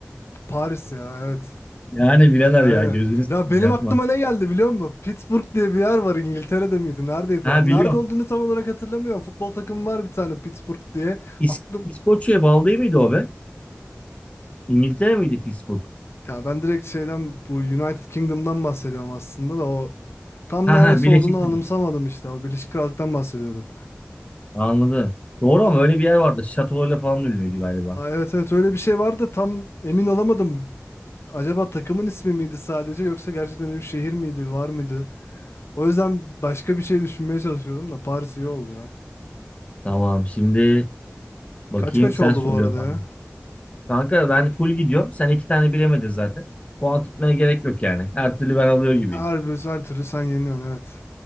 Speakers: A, on the left; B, on the left.
A: Paris ya evet.
B: Yani birader
A: Yani
B: ya gözünü seveyim
A: ya benim
B: yapma.
A: aklıma ne geldi biliyor musun? Pittsburgh diye bir yer var İngiltere'de miydi? Neredeydi?
B: Ha biliyorum.
A: Nerede olduğunu tam olarak hatırlamıyorum. Futbol takımı var bir tane Pittsburgh diye.
B: İs
A: Aklım
B: İskoçya'ya bağlı değil miydi o be? İngiltere miydi Pittsburgh?
A: Ya ben direkt şeyden bu United Kingdom'dan bahsediyorum aslında da o tam
B: Ha
A: neresi
B: ha Birleşik
A: olduğunu anımsamadım
B: Krallık.
A: işte. O Birleşik Krallık'tan bahsediyordum.
B: Anladım. Doğru
A: Ama
B: ama öyle bir yer vardı. Şatolarıyla falan ünlüydü galiba.
A: evet evet öyle bir şey vardı da tam emin olamadım. Acaba takımın ismi miydi sadece yoksa gerçekten öyle bir şehir miydi var mıydı? O yüzden başka bir şey düşünmeye çalışıyordum da Paris iyi oldu ya.
B: Tamam şimdi bakayım
A: Kaç kaç
B: sen
A: oldu
B: söylüyorsun
A: bu arada
B: abi.
A: ya?
B: Kanka ben full gidiyorum. Sen iki tane bilemedin zaten. Puan tutmaya gerek yok yani. Her türlü ben alıyor gibiyim.
A: Her, bir- her türlü sen yeniyorsun evet.